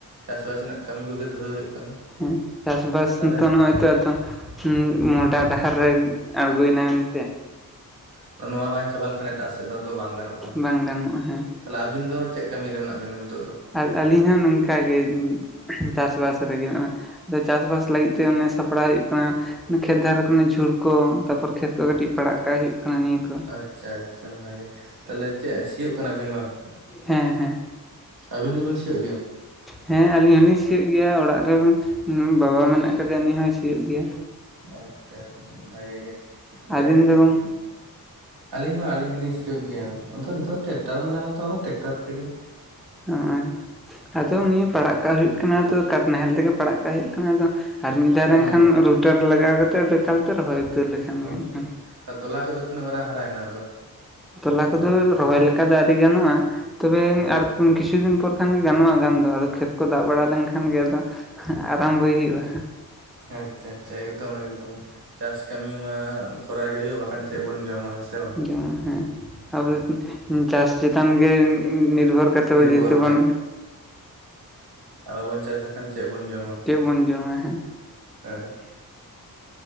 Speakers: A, on the right; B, in the centre.
A: ᱪᱟᱥᱵᱟᱥ ᱨᱮᱱᱟᱜ ᱠᱟᱹᱢᱤ ᱠᱚᱜᱮ ᱫᱷᱩᱨᱟᱹᱣ ᱦᱩᱭᱩᱜ ᱠᱟᱱᱟ
B: ᱦᱩᱸ ᱪᱟᱥᱵᱟᱥ
A: ᱛᱟᱦᱚᱞᱮ
B: ᱱᱤᱛᱳᱜ ᱱᱚᱜᱼᱚᱭ ᱛᱚ ᱟᱫᱚ ᱦᱩᱸ ᱢᱚᱦᱰᱟ ᱰᱟᱦᱟᱨ ᱨᱮ ᱟᱸᱲᱜᱳᱭ ᱱᱟᱭ ᱢᱮᱱ ᱛᱮ
A: ᱦᱩᱸ ᱱᱚᱣᱟ ᱵᱟᱝ ᱪᱟᱵᱟ ᱞᱮᱠᱷᱟᱱ ᱮᱴᱟᱜ ᱥᱮᱫ ᱫᱚ ᱵᱟᱝ ᱜᱟᱱᱚᱜ ᱠᱟᱱᱟ
B: ᱵᱟᱝ ᱜᱟᱱᱚᱜᱼᱟ ᱦᱮᱸ
A: ᱛᱟᱦᱚᱞᱮ ᱟᱹᱵᱤᱱ ᱫᱚ ᱪᱮᱫ ᱠᱟᱹᱢᱤ ᱨᱮ ᱢᱮᱱᱟᱜ ᱵᱤᱱᱟ ᱱᱤᱛᱚᱜ ᱫᱚ
B: ᱟᱨ ᱟᱹᱞᱤᱧ ᱦᱚᱸ ᱱᱚᱝᱠᱟᱜᱮ ᱪᱟᱥᱵᱟᱥ ᱨᱮᱜᱮ ᱟᱫᱚ ᱪᱟᱥᱵᱟᱥ ᱞᱟᱹᱜᱤᱫ ᱛᱮ ᱚᱱᱮ ᱥᱟᱯᱲᱟᱣ ᱦᱩᱭᱩᱜ ᱠᱟᱱᱟ ᱠᱷᱮᱛ ᱫᱷᱟᱨᱮ ᱠᱚᱨᱮ ᱱᱟᱜ ᱡᱷᱩᱲ ᱠᱚ ᱛᱟᱨᱯᱚᱨ ᱠᱷᱮᱛ ᱠᱚ ᱠᱟᱹᱴᱤᱡ ᱯᱟᱲᱟᱜ ᱠᱟᱜ ᱦᱩᱭᱩᱜ ᱠᱟᱱᱟ ᱱᱤᱭᱟᱹ ᱠᱚ
A: ᱟᱪᱪᱷᱟ ᱟᱪᱪᱷᱟ ᱵᱷᱟᱜᱮ ᱛᱟᱦᱚᱞᱮ ᱪᱮᱫ ᱥᱤᱭᱳᱜ ᱠᱟᱱᱟᱵᱤᱱ ᱵᱟᱝ
B: ᱦᱮᱸ ᱦᱮᱸ
A: ᱟᱹᱵᱤᱱ ᱜᱮᱵᱤᱱ ᱥᱤᱭᱳᱜ ᱜᱮᱭᱟ
B: ᱦᱮᱸ ᱟᱞᱤᱧ ᱦᱚᱞᱤᱧ ᱥᱤᱭᱳᱜ ᱜᱮᱭᱟ ᱚᱲᱟᱜ ᱨᱮ ᱵᱟᱵᱟ ᱢᱮᱱᱟᱜ ᱠᱟᱫᱮᱭᱟ ᱩᱱᱤ ᱦᱚᱸᱭ ᱥᱤᱭᱳᱜ ᱜᱮᱭᱟ
A: ᱟᱪᱪᱷᱟ ᱟᱪᱪᱷᱟ ᱵᱷᱟᱜᱮ ᱜᱮ ᱡᱟᱭᱦᱳᱠ
B: ᱟᱹᱵᱤᱱ ᱫᱚ ᱜᱚᱝᱠᱮ
A: ᱟᱞᱤᱧ ᱦᱚᱸ ᱟᱹᱞᱤᱧ ᱜᱮᱞᱤᱧ ᱥᱤᱭᱳᱜ ᱜᱮᱭᱟ ᱟᱫᱚ ᱱᱤᱛᱚᱜ ᱫᱚ ᱴᱮᱠᱴᱟᱨ ᱢᱮᱱᱟᱜᱼᱟ ᱟᱛᱚ ᱟᱫᱚ ᱴᱮᱠᱴᱟᱨ ᱛᱮᱜᱮ
B: <inaudible> ᱦᱚᱸᱜ-ᱚᱭ ᱟᱫᱚ
A: ᱦᱩᱸ
B: ᱱᱤᱭᱟᱹ ᱯᱟᱲᱟᱜ ᱠᱟᱜ ᱦᱩᱭᱩᱜ ᱠᱟᱱᱟ ᱛᱚ ᱠᱟᱴ ᱱᱟᱦᱮᱞ ᱛᱮᱜᱮ ᱯᱟᱲᱟᱜ ᱠᱟᱜ ᱦᱩᱭᱩᱜ ᱠᱟᱱᱟ ᱟᱫᱚ ᱟᱨ ᱢᱤᱫ ᱫᱷᱟᱣ
A: ᱦᱩᱸ
B: ᱮᱱᱠᱷᱟᱱ ᱨᱩᱴᱟᱨ ᱞᱟᱜᱟᱣ ᱠᱟᱛᱮᱫ ᱮᱠᱟᱞᱛᱮ ᱨᱚᱦᱚᱭ ᱩᱛᱟᱹᱨ ᱞᱮᱠᱷᱟᱱ ᱜᱮ
A: ᱟᱪᱪᱷᱟ
B: ᱮᱱᱠᱷᱟᱱ
A: ᱟᱪᱪᱷᱟ ᱛᱚᱞᱟ ᱠᱚᱫᱚ ᱛᱤᱱᱟᱹᱜ ᱢᱟᱨᱟᱝ ᱦᱟᱨᱟᱭᱮᱱᱟ ᱟᱫᱚ
B: ᱛᱚᱞᱟ ᱠᱚᱫᱚ ᱨᱚᱦᱚᱭ ᱞᱮᱠᱟ ᱫᱚ ᱟᱣᱹᱨᱤ ᱜᱟᱱᱚᱜᱼᱟ ᱛᱚᱵᱮ
A: ᱚ
B: ᱟᱨ ᱠᱤᱪᱷᱩ ᱫᱤᱱ ᱯᱚᱨ ᱠᱷᱟᱱ ᱜᱮ ᱜᱟᱱᱚᱜᱼᱟ ᱜᱟᱱ ᱫᱚ ᱟᱫᱚ ᱠᱷᱮᱛ ᱠᱚ ᱫᱟᱜ ᱵᱟᱲᱟ ᱞᱮᱱᱠᱷᱟᱱ ᱜᱮ ᱟᱫᱚ ᱟᱨᱟᱢᱵᱚᱭ ᱦᱩᱭᱩᱜᱼᱟ
A: ᱟᱪᱪᱷᱟ ᱟᱪᱪᱷᱟ ᱮᱠᱫᱚᱢ ᱮᱠᱫᱚᱢ ᱪᱟᱥ ᱠᱟᱹᱢᱤ ᱢᱟ ᱠᱚᱨᱟᱣ ᱜᱮ ᱦᱩᱭᱩᱜᱼᱟ ᱵᱟᱠᱷᱟᱱ ᱪᱮᱫ ᱵᱚᱱ ᱡᱚᱢᱟ ᱦᱮᱸ ᱥᱮ ᱵᱟᱝ
B: ᱡᱮᱢᱚᱱ ᱦᱮᱸ ᱟᱵᱮ ᱪᱟᱥ ᱪᱮᱛᱟᱱ ᱜᱮ ᱱᱤᱨᱵᱷᱚᱨ ᱠᱟᱛᱮ
A: ᱱᱤᱨᱵᱷᱚᱨ
B: ᱡᱮᱦᱮᱛᱩ ᱵᱚᱱ
A: ᱟᱨᱚ ᱵᱚᱱ ᱪᱟᱥ ᱞᱮᱠᱷᱟᱱ ᱪᱮᱫ ᱵᱚᱱ ᱡᱚᱢᱟ
B: ᱪᱮᱫ ᱵᱚᱱ ᱡᱚᱢᱟ ᱦᱮᱸ
A: ᱦᱮᱸ